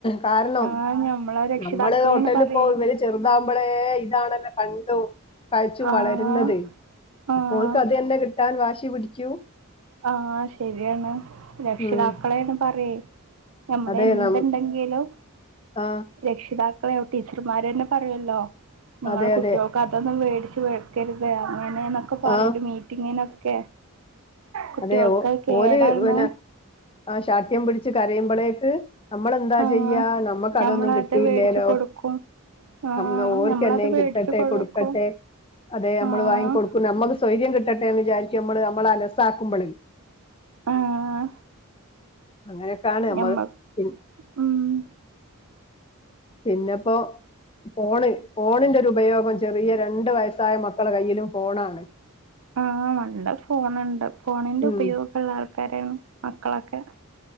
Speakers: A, on the left; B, on the right.
A: കാരണം..
B: ആഹ് ഞമ്മളെ രക്ഷിതാക്കളെയാണ്
A: നമ്മള് ഹോട്ടലിൽ
B: പറയേ
A: പോകും ഇവര് ചെറുതാകുമ്പളേ... ഇതാണല്ലോ കൺ കഴിച്ചും
B: ആഹ്
A: വളരുന്നതേ...
B: ആഹ്
A: അപ്പോൽക്ക് അതന്നെ കിട്ടാൻ വാശി പിടിക്കൂ.
B: ങാ... ശരിയാണ്.. രക്ഷിതാക്കളെയാണ്
A: ഉം
B: പറയെ. നമ്മള്
A: അതെ
B: എന്ത്‌ണ്ടെങ്കിലും
A: നം ആ
B: രക്ഷിതാ ക്കളെയാ... ടീച്ചർമാര് തന്നെ പറയല്ലോ... നിങ്ങള്
A: അതെ
B: കുട്ടികൾക്ക്
A: അതെ
B: അതൊന്നും വേടിച്ച് വെക്കരുതേന്ന് അങ്ങനെയെന്നൊക്കയ പറയല്
A: ആ
B: മീറ്റിങ്ങിനൊക്കെ. കുട്ടികൾക്ക്
A: അതെ.. ഓ..
B: കേടാണ്
A: ഓല്... പിന്നെ.. ങാ.. ശാഠ്യം പിടിച്ച് കരയുമ്പളേക്ക് നമ്മളെന്താ
B: ആഹ്
A: ചെയ്യാ... നമ്മക്ക്
B: ഞമ്മളത്
A: അതൊന്നും കിട്ടീല്ലേലോ...
B: മേടിച്ചു കൊടുക്കും ആഹ്
A: ങാ... ഓർക്കെന്നേം
B: ഞമ്മളത് മേടിച്ചു
A: കിട്ടട്ടെ..
B: കൊടുക്കും
A: കൊടുക്കട്ടെ അതെ.. നമ്മള്
B: ആഹ്
A: വാങ്ങിക്കൊടുക്കും. നമ്മക്ക് സ്വൈര്യം കിട്ടെ എന്ന് വിചാരിക്കും നമ്മള്.. നമ്മളെ... അലസാക്കുമ്പളേ
B: ആഹ്
A: <inaudible> അങ്ങനെയൊക്കെയാണ് മ്മള്
B: ഞമ്മ
A: പി
B: ഉം
A: പിന്നെപ്പോ... പോണ്. ഫോണിന്റെ ഒരുപയോഗം... ചെറിയ രണ്ടു വയസ്സായ മക്കള കയ്യിലും ഫോണാണ്.
B: ങാ... നല്ല ഫോണുണ്ട്. ഫോണിന്റെ
A: ഉം
B: ഉപയോഗുള്ള ആൾക്ക് ക്കാരാണ്.. മക്കളൊക്കെ.